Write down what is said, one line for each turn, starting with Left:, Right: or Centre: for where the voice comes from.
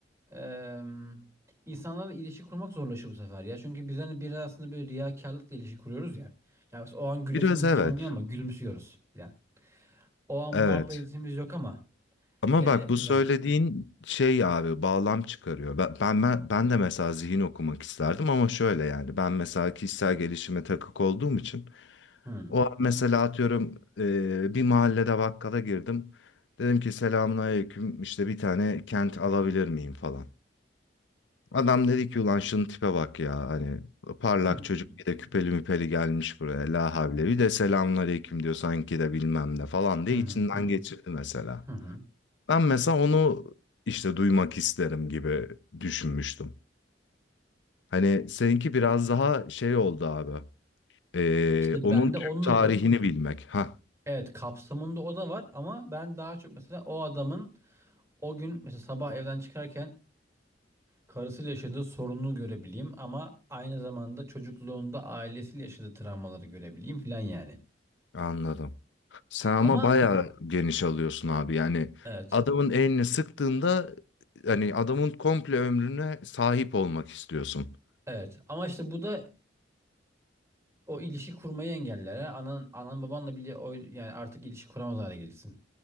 Right: em, insanlarla ilişki kurmak zorlaşıyor bu sefer ya. Çünkü biz hani biraz aslında böyle riyakarlıkla ilişki kuruyoruz ya. Yani mesela o an güresimiz
Left: Biraz evet.
Right: gelmiyor ama gülümsüyoruz filan. O an
Left: Evet
Right: muhabbetimiz yok ama
Left: Ama
Right: e,
Left: bak bu
Right: filan.
Left: söylediğin şey abi bağlam çıkarıyor. Ben, ben, ben ben de mesela zihin okumak isterdim ama şöyle yani ben mesela kişisel gelişime takık olduğum için
Right: Hmm.
Left: o an mesela atıyorum e, bir mahallede bakkala girdim. Dedim ki selamun aleyküm işte bir tane kent alabilir miyim falan. Adam dedi ki ulan şunun tipe bak ya hani parlak
Right: Hmm.
Left: çocuk bir de küpeli müpeli gelmiş buraya la havle bir de selamun aleyküm diyor sanki de bilmem ne falan diye
Right: Hı
Left: içinden
Right: hı hı
Left: geçirdi mesela.
Right: hı. hı.
Left: Ben mesela onu işte duymak isterim gibi düşünmüştüm. Hani seninki biraz daha şey oldu abi. Ee,
Right: İşte
Left: onun
Right: bende
Left: tüm
Right: onun
Left: tarihini
Right: adı
Left: bilmek. Ha,
Right: evet kapsamında o da var ama ben daha çok mesela o adamın o gün mesela sabah evden çıkarken Karısıyla yaşadığı sorunu görebileyim ama aynı zamanda çocukluğunda ailesiyle yaşadığı travmaları görebileyim filan yani.
Left: anladım. Sen ama
Right: Ama
Left: bayağı geniş alıyorsun abi. Yani
Right: evet.
Left: adamın elini sıktığında hani adamın komple ömrüne sahip olmak istiyorsun.
Right: Evet. Ama işte bu da o ilişki kurmayı engeller. ha. Anan anan babanla bile o yani artık ilişki kuramaz hale gelirsin.